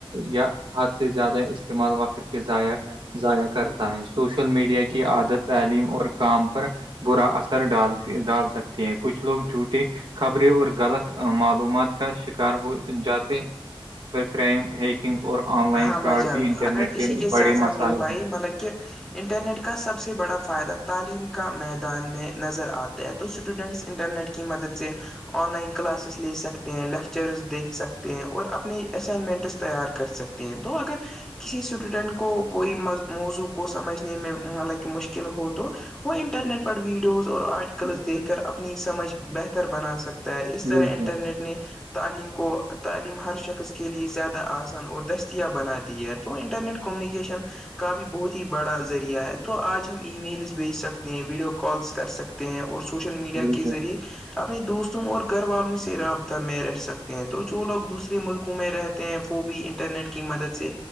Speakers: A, on the right (about 55°); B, in the centre.
A: یا حد سے زیادہ استعمال وقت ضائ ضائع کرتا ہے سوشل میڈیا کی عادت تعلیم اور کام پر برا اثر ڈال ڈال سکتے ہیں کچھ لوگ جوٹے خبریں اور غلط معلومات کا شکار ہو جاتے م ہیکنگ اور آن لائن
B: ہاں
A: فراڈ
B: بھائی جان
A: بھی انٹرنیٹ
B: اگر اسی کے
A: بڑے
B: سات سھ
A: مسائل
B: میری بائی مطلب کہ انٹرنیٹ کا سب سے بڑا فائدہ تعلیم کا میدان میں نظر آتا ہے تو اسٹوڈنٹس انٹرنیٹ کی مدد سے آن لائن کلاسز لے سکتے ہیں لیکچرز دیکھ سکتے ہیں اور اپنے اسائنمنٹس تیار کر سکتے ہیں تو اگر کسی اسٹوڈنٹ کو کوئی موضوع کو سمجھنے میں مطلب کہ مشکل ہو تو وہ انٹرنیٹ پر ویڈیوز اور آرٹیکلس
A: ہیں
B: دیکھ کر اپنی سمجھ بہتر بنا سکتے اس
A: بالکل
B: طرح انٹرنیٹ اپنے تعلیم کو تعلیم ہر شخص کے لیے زیادہ آسان اور د بنا دی ہے تو انٹرنیٹ کمیونکیشن کا بھی بہت ہی بڑا ذریعہ ہے تو آج ہم ای میلز بھیج سکتے ہیں ویڈیو کالس کر سکتے ہیں اور سوشل میڈیا
A: بالکل
B: کے ذریعے اپنے دوستوں اور گھر والوں سے رابطہ میں رہ سکتے ہیں تو جو لوگ دوسرے ملک میںئے رہتے ہیں وہ بھی انٹرنیٹ کی مدد سے